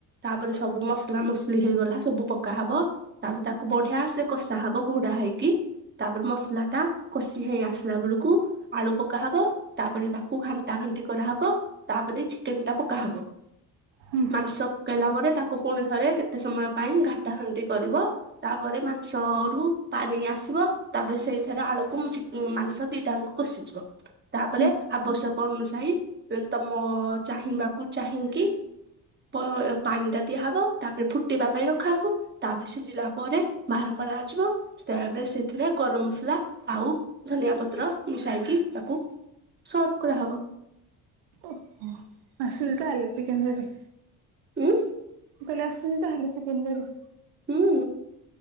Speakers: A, on the right; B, on the right.
A: ତାପରେ ସବୁ ମସଲା ମସଲି ହେଇଗଲା ସବୁ ପକା ହବ ତାପ ତାକୁ ବଢିଆ ସେ କସା ହବ ଘୋଡା ହେଇକି। କି ତାପରେ ମସଲା ଟା କଷି ହେଇ ଆସିଲା ବେଳୁକୁ ଆଳୁ ପକା ହବ ତାପରେ ତାକୁ ଘାନ ତାପରେ ଏମିତି କରାହବ ତାପରେ ଚିକେନ ଟା ପକା ହବ
B: ହୁଁ
A: ମାଂସ କେଲା ପରେ ତାକୁ ପୁଣି ରେ କେତେ ସମୟ ପାଇଁ ଘାଣ୍ଟା ହାଣ୍ଟି କରିବ ତାପରେ ମାଂସ ରୁ ପାଣି ଆସିବ ତାପରେ ସେଇଥିରେ ଆଳୁକୁ ଚିକ ମାଂସ ଦିଟାଙ୍କୁ କଷିଯିବ। ତାପରେ
B: ହୁଁ
A: ଆବଶ୍ୟକ ଅନୁସାୟୀ ତମ ଚାହିଁବାକୁ ଚାହିଁକି ପ ପାଣି ଟା ଦିଆହବ ତାପରେ ଫୁଟିବା ପାଇଁ ରଖାହବ ତାପରେ ସିଯିଲା ପରେ ବାହାର କରାଯିବ ସେ ରେ ସେଥିରେ ଗରମ ମସଲା ଆଉ ଧନିଆ ପତ୍ର ମିଶାଇକି ତାକୁ ସଲଭ କରା ହବ।
B: ଓ ହ ହ ସେ କାଲେ ଚିକନ କରି
A: ଉଁ
B: ମୁଁ କହିଲେ ଆସଛିି ତାହେଲେ ଚିକେନ କର
A: ହୁଁ